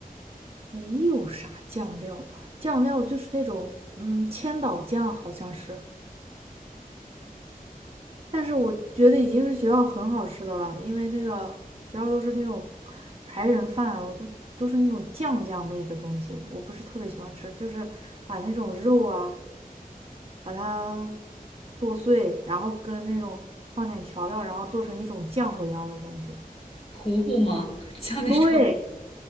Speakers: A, on the right (about 40°); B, on the left (about 40°).
A: 没有啥酱料吧？酱料就是那种，嗯，千岛酱好像是。但是我觉得已经是学校很好吃的了，因为那个学校都是那种白人饭，我都都是那种酱酱类的东西，我不是特别喜欢吃，就是把那种肉啊。把它剁碎，然后跟那种放点调料，然后做成一种浆糊一样的东西。
B: 糊糊吗？<laughs> 像那种
A: 对，